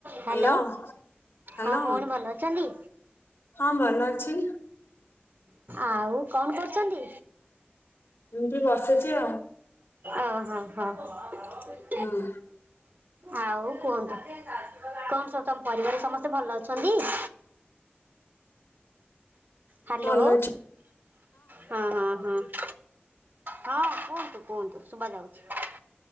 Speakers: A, on the right; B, on the left.
A: Hello!
B: Hello hello
A: ହଁ ଭଉଣୀ ଭଲ ଅଛନ୍ତି?
B: ହଁ ଭଲ ଅଛି।
A: ଆଉ କଣ କରୁଚନ୍ତି?
B: ଏମିତି ବସିଛି ଆଉ।
A: ଓହୋ! ହଁ।
B: ହୁଁ।
A: ଆଉ କୁହନ୍ତୁ, କଣ ସବୁ ତମ ପରିବାର ସମସ୍ତେ ଭଲ ଅଛନ୍ତି? <inaudible> ହ୍ୟାଲୋ!
B: ଭଲ ଅଛି
A: ହଁ, ହଁ, ହଁ। ହଁ, କୁହନ୍ତୁ, କୁହନ୍ତୁ। ଶୁଭା ଯାଉଛି।